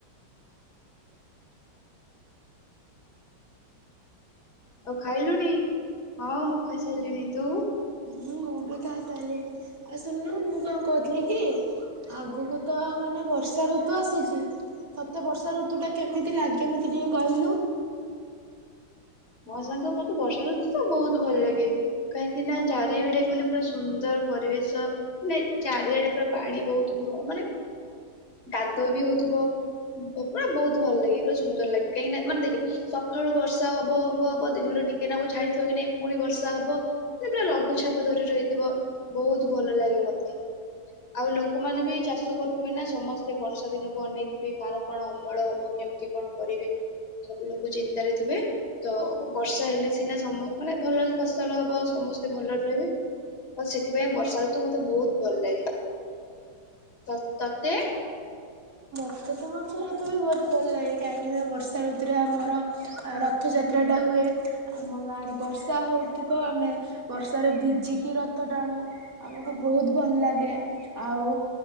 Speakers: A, on the left; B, on the right.
A: ଆଉ ଖାଇଲୁଣି। ହଁ ମୁଁ ଖାଇସାରିଲିଣି ତୁ
B: ହୁଁ ମୁଁ ବି ଖାଇସାରିଲିଣି ଆଉ ଶୁନନୁ ମୁଁ କଣ କହୁଥିଲି କି ଆଗକୁ ତ ମାନେ ବର୍ଷା ଋତୁ ଆସୁଛି ତତେ ବର୍ଷା ଋତୁ ଟା କେମିତି ଲାଗେ ମତେ ଟିକେ କହିଲୁ।
A: ମୋ ସାଙ୍ଗ ମତେ ବର୍ଷା ଋତୁ ତ ବହୁତ ଭଲ ଲାଗେ। କାହିଁକି ନା ଚାରିଆଡେ ମାନେ ପୁରା ସୁନ୍ଦର ପରିବେଶ ମାନେ ଚାରିଆଡେ ପୁରା ପାଣି ବହୁଥିବ। ମାନେ କାଦୁଅ ବି ହଉଥିବ ତୋ ପୁରା ବହୁତ ଭଲ ଲାଗେ ପା ସୁନ୍ଦର ଲାଗେ କାହିଁକି ନା ମାନେ ଦେଖେ ସକାଳୁ ବର୍ଷା ହବ ହବ ହବ ହବା ଦିନରେ ଟିକେନାଗୁରୁ ଛାଡିଥିବ କି ନାଇଁ ପୁଣି ବର୍ଷା ହବ ସେ ପୁରା ଲଘୁଚଛାପ ଧରି ରହିଥିବ। ବହୁତ ଭଲ ଲାଗେ ମତେ ଆଉ ଲୋକମାନେ ବି ଚାଷ କରୁଥିବେ ନା ସମସ୍ତେ ବର୍ଷା ଦିନକୁ ଅନେଇଥିବେ। କାହାର କଣ ଅମଳ ହବ କେମିତି କଣ କରିବେ ସବୁ ଲୋକ ଚିନ୍ତାରେ ଥିବେ ତ ବର୍ଷା ହେଲେ ସିନା ସମୁ ମାନେ ଭଲ ଫସଲ ହବ ସମସ୍ତେ ଭଲରେ ରହିବେ। ଆଉ ସେଥିପାଇଁ ବର୍ଷା ଋତୁ ମତେ ବହୁତ ଭଲ ଲାଗେ ତ ତତେ
B: <unintelligible> ବହୁତ ଭଲ ଲାଗେ କାହିଁକିନା ବର୍ଷା ଋତୁରେ ଆମର ରଥଯାତ୍ରାଟା ହୁଏ। ଆମ ବର୍ଷା ହେଉଥିବ ଆମେ ବର୍ଷାରେ ଭିଜିକି ରଥ ଟାଣୁ ଆମକୁ ବହୁତ ଭଲ ଲାଗେ ଆଉ